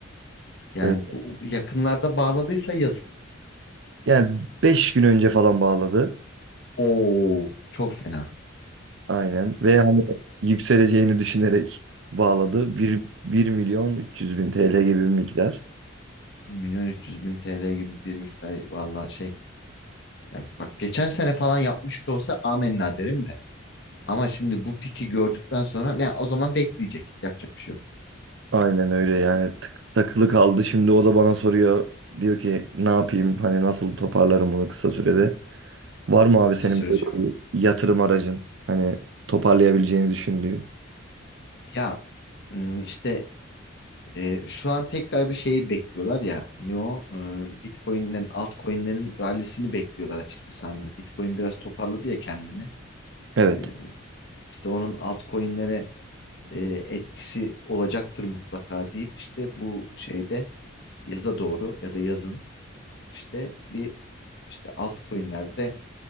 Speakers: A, on the left; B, on the right.
A: Yani
B: Ee,
A: bu yakınlarda bağladıysa yazık.
B: yani beş gün önce falan bağladı.
A: Oo, çok fena.
B: Aynen ve hani yükseleceğini düşünerek bağladı. bir
A: Evet.
B: bir milyon 300 bin TL gibi bir miktar.
A: 1 milyon 300 bin TL gibi bir miktar valla şey. Ya bak geçen sene falan yapmış olsa amenna derim de. Ama şimdi bu piki gördükten sonra ya o zaman bekleyecek. Yapacak bir şey yok.
B: Aynen öyle yani tık, takılı kaldı. Şimdi o da bana soruyor. Diyor ki ne yapayım hani nasıl toparlarım bunu kısa sürede. Var mı abi senin
A: Kısa süresi
B: böyle
A: yok.
B: bir yatırım aracın? Hani toparlayabileceğini düşündüğü.
A: Ya ım, işte e, şu an tekrar bir şeyi bekliyorlar ya. Ne o? Ee, Bitcoin'lerin altcoin'lerin rallisini bekliyorlar açıkçası. Hani Bitcoin biraz toparladı ya kendini.
B: Evet.
A: Ee, İşte onun altcoin'lere e, etkisi olacaktır mutlaka deyip işte bu şeyde yaza doğru ya da yazın işte bir işte altcoin'lerde